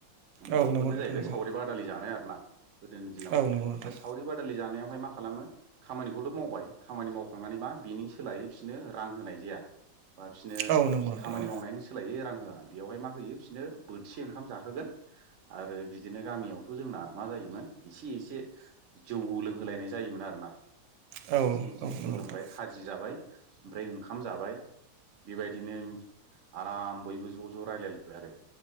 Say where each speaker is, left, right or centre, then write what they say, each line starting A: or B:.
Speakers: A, on the right (about 80°); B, on the right (about 50°).
A: औ
B: बेफोरनो
A: नंगौ नोंथां
B: जाहैबाय
A: नंगौ
B: सावरि बादालि जानाय आरोना। गोदोनि दिनाव
A: औ नंगौ नोंथां
B: दा सावरि बादालि जानायावहाय मा खालामो खामानिखौथ' मावबाय खामानि मावखांनानै मा बिनि सोलायै बिसोरनो रां होनाय जाया बा फिसोननो
A: औ नंगौ नोंथां
B: खामानि
A: औ
B: मावनायनि सोलायैक्ष रां होआ बेवहाय मा होयो फिसोननो बोथिसे ओंखाम जाहोगोन आरो बिदिनो गामियावथ' जोंना मा जायोमोन इसे इसे जौ लोंहोलायनाय जायोमोन आरोना।
A: औ
B: इसे इसे
A: औ नंगौ
B: जौ
A: नोंथां
B: लोंबाय खाजि जाबाय ओमफ्राय ओंखाम जाबाय बेबायदिनो आराम बयबो ज' ज' रायलायलायबाय आरो